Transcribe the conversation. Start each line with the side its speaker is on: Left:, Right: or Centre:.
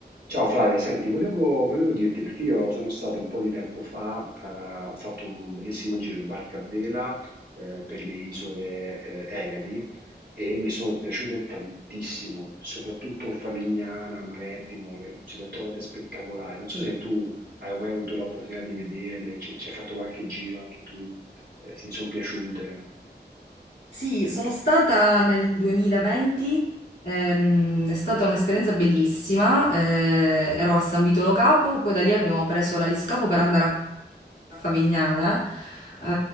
Right: Ciao Flavia, senti, volevo, volevo dirti perché io sono stato un po' di tempo fa, eh, ho fatto un bellissimo giro in barca a vela eh, per le isole eh, Egadi e mi sono piaciute tantissimo, soprattutto Favignana, Marettimo, le, ce le ho trovate spettacolari. Non so se tu hai mai avuto l'opportunità di vederle, ci ci hai fatto qualche giro anche tu, eh, se ti sono piaciute.
Left: Sì, sono stata nel 2020, ehm, è stata un'esperienza bellissima, eh, ero a San Vito Lo Capo, poi da lì abbiamo preso la l'aliscafo per andare a Favignana, eh,